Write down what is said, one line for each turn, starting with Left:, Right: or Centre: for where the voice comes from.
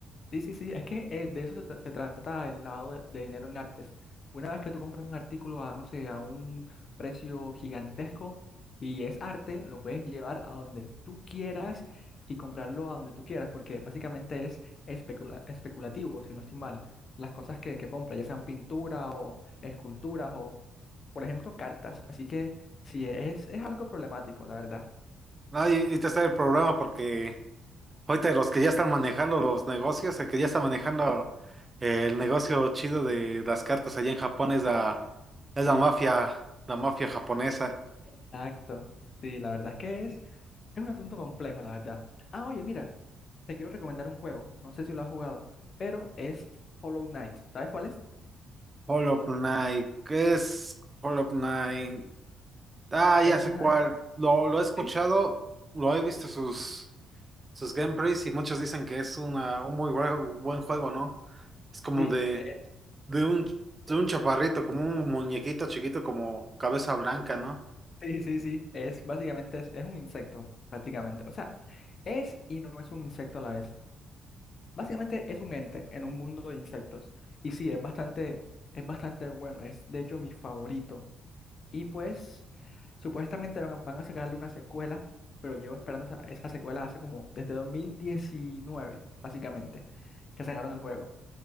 Left: Sí, sí, sí, es que eh, de eso se, tra- se trata el lavado de, de dinero en artes. Una vez que tú compras un artículo a, no sé, a un precio gigantesco y es arte, lo puedes llevar a donde tú quieras y comprarlo a donde tú quieras, porque básicamente es especula- especulativo, si no estoy mal. Las cosas que, que compras, ya sean pintura o esculturas o, por ejemplo, cartas. Así que sí, es, es algo problemático, la verdad.
Right: No, y, y te está el problema porque Ahorita los que ya están manejando los negocios, el que ya está manejando eh, el negocio chido de las cartas allá en Japón es la, es la
Left: Sí.
Right: mafia, la mafia japonesa.
Left: Exacto. Sí, la verdad es que es, es un asunto complejo, la verdad. Ah, oye, mira. Te quiero recomendar un juego, no sé si lo has jugado, pero es Hollow Knight. ¿Sabes cuál es?
Right: Hollow Knight, ¿qué es Hollow Knight? Ah, ya
Left: Hollow
Right: sé cuál.
Left: Knight,
Right: Lo, lo he escuchado,
Left: sí,
Right: lo he visto sus, sus gameplays y muchos dicen que es una, un muy buen buen juego, ¿no? Es como
Left: sí,
Right: de,
Left: es-
Right: de un, de un chaparrito, como un muñequito chiquito, como cabeza blanca, ¿no?
Left: sí, sí, sí. Es básicamente es, es un insecto, prácticamente. O sea, es y no es un insecto a la vez. Básicamente es un ente en un mundo de insectos. Y sí, es bastante, es bastante bueno. Es de hecho mi favorito. Y pues, supuestamente van, a van a sacarle una secuela, pero llevo esperando esa, esa secuela hace como desde 2019, básicamente, que sacaron el juego.